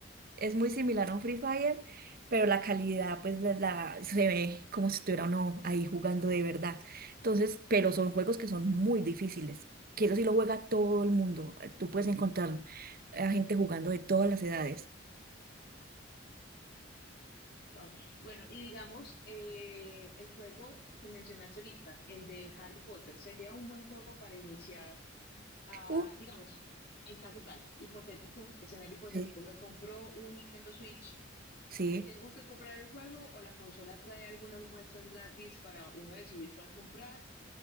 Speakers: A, on the right; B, on the left.
A: Es muy similar a un Free Fire, pero la calidad, pues, la, la- se ve como si estuviera uno ahí jugando de verdad. Entonces, pero son juegos que son muy difíciles, que eso sí lo juega todo el mundo. Eh, Tú puedes encontrar a gente jugando de todas las edades.
B: Wow. Bueno, y digamos, eh, el juego que mencionaste ahorita, el de Harry Potter, sería un buen juego para iniciar, a,
A: Uh,
B: digamos, en caso tal, hipotético, escenario hipotético,
A: sí.
B: me compro un Nintendo Switch
A: Sí.
B: y tengo que comprar el juego o la consola trae algunas muestras gratis para uno decidir cuál comprar.